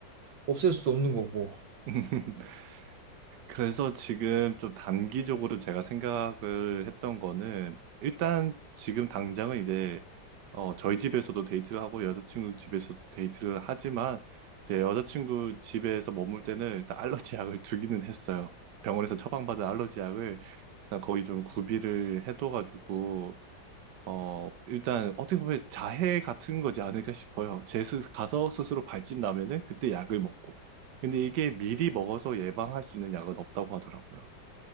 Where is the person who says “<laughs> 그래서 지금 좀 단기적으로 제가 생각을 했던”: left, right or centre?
Right